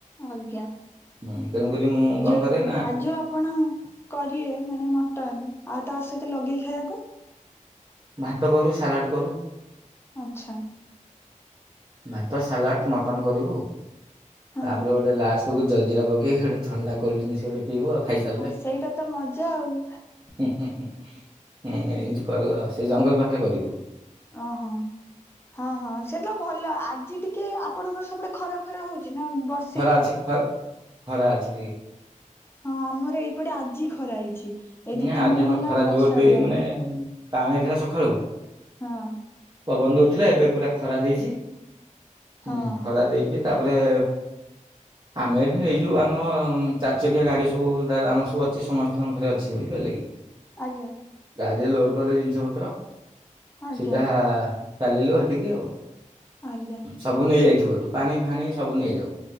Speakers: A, on the left; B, on the right.
A: ଅଜ୍ଞା।
B: ହୁଁ ତେଣୁକରି ମୁଁ କଣ
A: ଯୋଉ
B: କରେ ନା
A: ଯୋଉ ଆପଣ କରିଏ ମାନେ ମଟନ୍ ଆଉ ତା ସହିତ ଲଗେଇ ଖାଇଆକୁ?
B: ଭାତ କରୁ ସାଲାଟ୍ କରୁ।
A: ଆଚ୍ଛା।
B: ଭାତ, ସାଲାଟ୍, ମଟନ କରିବୁ।
A: ହଁ
B: ତାପରେ ଗୋଟେ ଲାଷ୍ଟକୁ ଜଲଜିରା ପକେଇ ହଟେ ଥଣ୍ଡା କୋଲଡିନିସ୍ ଗୋଟେ ପିଇବୁ ଆଉ ଖାଇସା
A: ହଁ, ସେଇଟା ତ ମଜା ଆଉ।
B: ହୁଁ ହୁଁ। ହୁଁ ଏମିତି କରିବୁ ଆଉ ସେଇ ଜଙ୍ଗଲ ପାଖରେ କରିବୁ।
A: ଅଁ ହଁ। ହଁ ହଁ ସେ ତ ଭଲ ଆଜି ଟିକେ ଆପଣଙ୍କର ସେପଟେ ଖରା ଫରା ହଉଚି ନା ବର୍ଷ୍
B: ଖରା ଅଛି ଖ ଖରା ଅଛି ଟିକେ।
A: ହଁ, ଆମର ଏଇପଟେ ଆଜି ଖରା ହେଇଛି। ଏଇ
B: ନାଇଁ
A: ଦି ତିନି
B: ଆଜି
A: ଦିନ
B: ଆମର
A: ହେଲା
B: ଖରା
A: ବର୍ଷାଳିଆ
B: ଜୋର ଦେ ମାନେ କାଆଁଳେଇଥିଲା ସଖାଳୁ।
A: ହଁ।
B: ପବନ ଦୋଉଥୁଲା ଏବେ ପୁରା ଖରା ଦେଇଚି।
A: ହଁ
B: ହୁଁ ଖରା ଦେଇକି ତାପରେ ଆମେ ଏଠି ନେଇଯିବୁ ଆମର ଚାରି ଚକିଆ ଗାଡ଼ି ସବୁ ଦାଦା ଆମର ସବୁ ଅଛି ସମସ୍ତିଙ୍କ ଘରେ ଅଛି। ବୁଝିପାରିଲେ କି?
A: ଆଜ୍ଞା।
B: ଗାଡ଼ିରେ ଲୋଡ଼୍ କଲେ ଜିନିଷ ପତ୍ର
A: ଆଜ୍ଞା
B: ସିଧା କାଲିଲୁ ହେଠିକି ଆଉ।
A: ଆଜ୍ଞା
B: ସବୁ ନେଇଯାଇଥିବୁ ହେଠୁ ପାଣି ଫାଣି ସବୁ ନେଇଯାଉ।